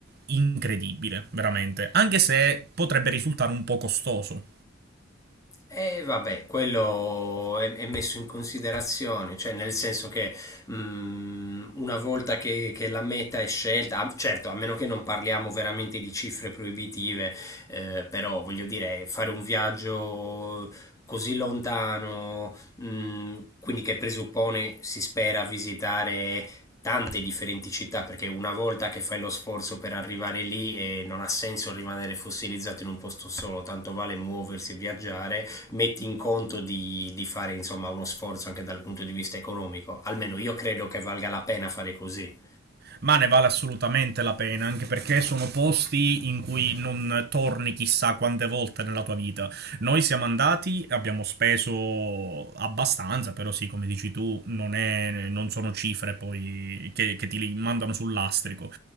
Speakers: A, on the right; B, on the left.
A: incredibile, veramente, anche se potrebbe risultare un po' costoso.
B: E vabbè, quello è, è messo in considerazione, cioè nel senso che mh, una volta che, che la meta è scelta, ah, certo, a meno che non parliamo veramente di cifre proibitive, eh, però voglio dire, fare un viaggio così lontano, mh, quindi che presuppone, si spera, visitare tante differenti città, perché una volta che fai lo sforzo per arrivare lì eh, non ha senso rimanere fossilizzato in un posto solo, tanto vale muoversi e viaggiare metti in conto di, di fare insomma uno sforzo anche dal punto di vista economico. Almeno io credo che valga la pena fare così.
A: ma ne vale assolutamente la pena, anche perché sono posti in cui non torni chissà quante volte nella tua vita. Noi siamo andati, abbiamo speso abbastanza, però sì, come dici tu, non, è, non sono cifre poi che, che ti mandano sul lastrico,